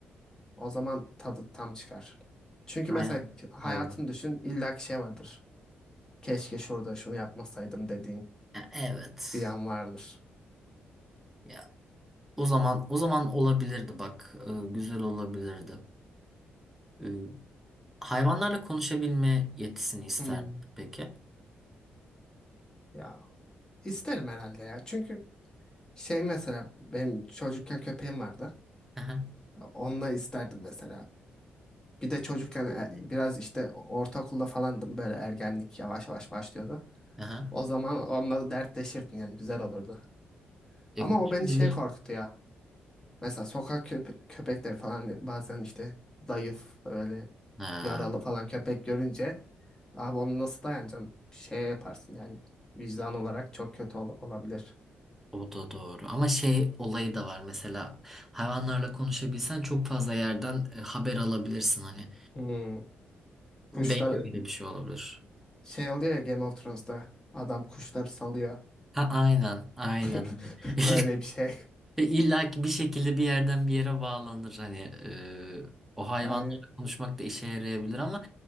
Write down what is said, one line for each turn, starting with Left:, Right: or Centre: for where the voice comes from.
Left: o zaman tadı tam çıkar. Çünkü
Centre: Aynen.
Left: mesela k- hayatını
Centre: Doğru.
Left: düşün illaki şey vardır. Keşke şurada şunu yapmasaydım dediğin
Centre: Ya, evet.
Left: bir an vardır.
Centre: Ya o zaman o zaman olabilirdi bak. Ee, güzel olabilirdi. Ee, hayvanlarla konuşabilme yetisini isterdim
Left: Hmm.
Centre: peki.
Left: Ya İsterim herhalde ya. Çünkü şey mesela benim çocukken köpeğim vardı.
Centre: Aha.
Left: Onunla isterdim mesela. Bir de çocukken
Centre: Bilmiyorum.
Left: e, biraz işte ortaokulda falandım böyle ergenlik yavaş yavaş başlıyordu.
Centre: Aha.
Left: O zaman onunla da dertleşirdim yani güzel olurdu.
Centre: Ya,
Left: Ama o
Centre: kim
Left: beni
Centre: bilir?
Left: şey korkutuyor. Mesela sokak köpe köpekleri falan bazen işte zayıf öyle
Centre: Ha.
Left: yaralı falan köpek görünce abi onu nasıl dayanacaksın? Şeye yaparsın yani vicdan olarak çok kötü ol- olabilir.
Centre: O da doğru. Ama şey olayı da var mesela hayvanlarla konuşabilsen çok fazla yerden e, haber alabilirsin hani.
Left: Hmm. Kuşlar
Centre: Belki öyle bir şey olabilir.
Left: Şey oluyor ya Game of Thrones'ta adam kuşları salıyor.
Centre: Ha aynen, aynen.
Left: <laughs>
Centre: <laughs>
Left: Öyle bir şey.
Centre: E, İlla ki bir şekilde bir yerden bir yere bağlanır hani e, o hayvanlarla
Left: Aynen.
Centre: konuşmak da işe yarayabilir ama